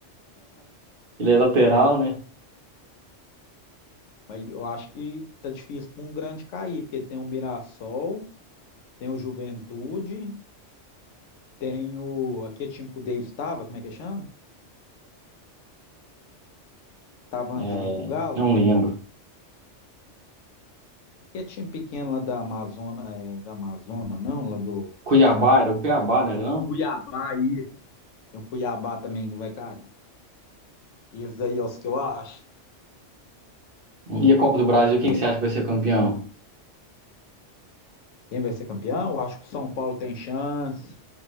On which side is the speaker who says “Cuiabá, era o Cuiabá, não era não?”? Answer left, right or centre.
Right